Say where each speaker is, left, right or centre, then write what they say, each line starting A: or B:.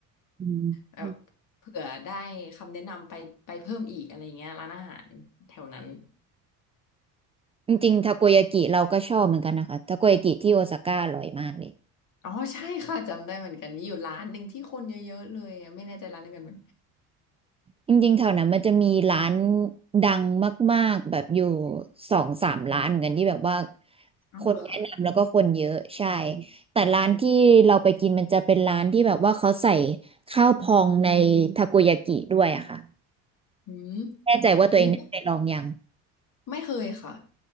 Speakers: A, on the right; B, on the left.
A: อืม
B: แบบเผื่อได้คำแนะนำไปไปเพิ่มอีกอะไรอย่างเงี้ยร้านอาหารแถวนั้น
A: จริงๆทาโกยากิเราก็ชอบเหมือนกันนะคะทาโกยากิที่โอซาก้าอร่อยมากเลย
B: อ๋อใช่ค่ะจำได้เหมือนกันมีอยู่ร้านหนึ่งที่คนเยอะๆเลยอะไม่แน่ใจร้านเดียวกันไหม
A: จริงๆแถวนั้นมันจะมีร้านดังมากๆแบบอยู่สองสามร้านเหมือนกันที่แบบว่า
B: อ้าวเหรอคะ
A: คนแนะนำแล้วก็คนเยอะใช่ แต่ร้านที่เราไปกินมันจะเป็นร้านที่แบบว่าเขาใส่ข้าวพองในทาโกยากิด้วยอะค่ะ
B: อืม
A: แน่ใจว่าตัวเองได้ไปลองยัง
B: อุ้ย ไม่เคยค่ะ